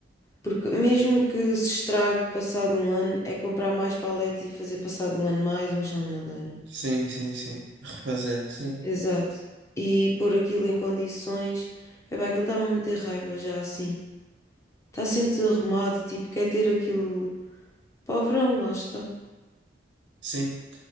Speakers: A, on the left; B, on the right.
A: Porque mesmo que se estrague passado um ano, é comprar mais paletes e fazer passado um ano mais um chão de madeira.
B: Sim, sim, sim. Refazer, sim.
A: Exato. E pôr aquilo em condições. Epá, aquilo está-me a meter raiva já assim. Está sempre desarrumado, tipo, quer ter aquilo para o verão, lá está.
B: Sim.